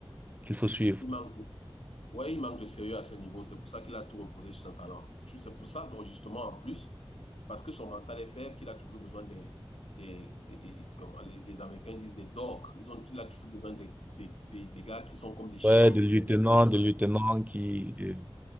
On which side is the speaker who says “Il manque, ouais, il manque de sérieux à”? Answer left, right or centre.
Left